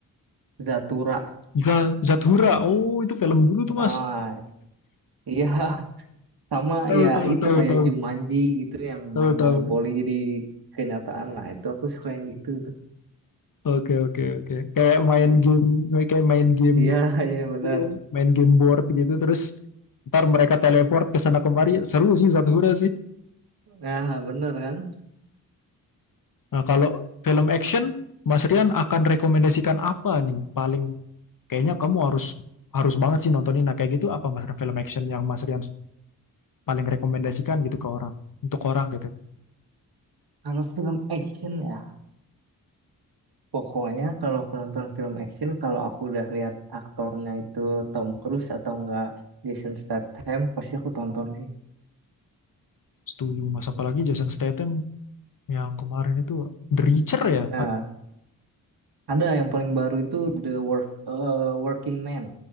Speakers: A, on the right (about 65°); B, on the left (about 55°).
A: Zathura.
B: Za- Zathura. Oh itu film dulu tuh
A: Ah,
B: Mas.
A: iya. <laughs> Sama
B: Tahu
A: ya
B: tahu
A: itu
B: tahu
A: kayak
B: tahu
A: Jumanji gitu yang
B: tahu
A: main
B: tahu.
A: monopoli jadi kenyataan. Nah itu aku suka yang gitu tuh.
B: Oke oke oke. Kayak main game kayak main game
A: Iya, <laughs> iya benar.
B: gitu, main game board gitu terus ntar mereka teleport ke sana kemari. Seru sih Zathura sih.
A: Ya benar kan.
B: Nah kalau film action Mas Rian akan rekomendasikan apa nih paling Kayaknya kamu harus harus banget sih nontonin. Nah, kayak gitu apa Mas Rian film action yang Mas Rian paling rekomendasikan gitu ke orang, untuk orang gitu.
A: Kalau film action ya, pokoknya kalau aku nonton film action, kalau aku udah lihat aktornya itu Tom Cruise atau enggak Jason Statham, pasti aku tonton sih.
B: Setuju, Mas. Apalagi Jason Statham yang kemarin itu The Reacher ya.
A: Nah, ada yang paling baru itu The Work, eh, Working Man.